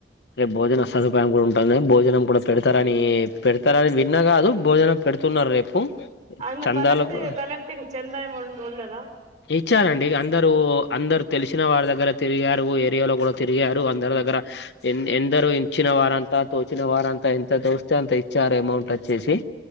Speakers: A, on the left; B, on the right.
A: రేపు భోజనం సదుపాయం గూడా ఉంటందన్. భోజనం కూడా పెడతారని. పెడతారని విన్నా గాదు. భోజనం పెడుతు తునర్ రేపు
B: అద్మార్
A: చందాలకు
B: కలెక్ట్ కలెక్టీంగ్ చెందా ఏమో ఉం ఉండదా?
A: ఇచ్చారండి అందరూ అందరు తెలిసిన వారి దగ్గర తిరిగారు. ఊ ఏరియాలో గూడా తిరిగారు, అందరు దగ్గరా ఇం ఎందరో ఇంచిన వారంతా తోచిన వారంతా, ఎంత తోస్తే, అంత ఇచ్చారు. అమౌంట్ వచ్చేసి